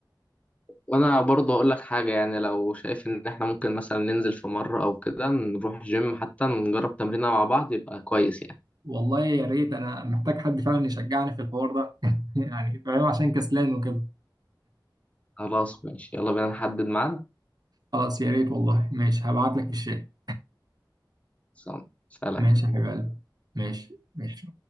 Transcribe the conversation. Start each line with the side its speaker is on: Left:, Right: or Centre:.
Left: وانا برضه اقول لك حاجه يعني لو شايف ان احنا ممكن مثلا ننزل في مره او كده نروح الجيم حتى نجرب تمرينه مع بعض يبقى كويس يعني
Right: <laughs> والله يا ريت انا محتاج حد فعلا يشجعني في الحوار ده <laughs> يعني فاهم عشان كسلان وكده
Left: خلاص ماشي يلا بينا نحدد ميعاد
Right: خلاص يا ريت والله ماشي هبعت لك في الشات
Left: سلام
Right: ماشي يا حبيب قلبي ماشي ماشي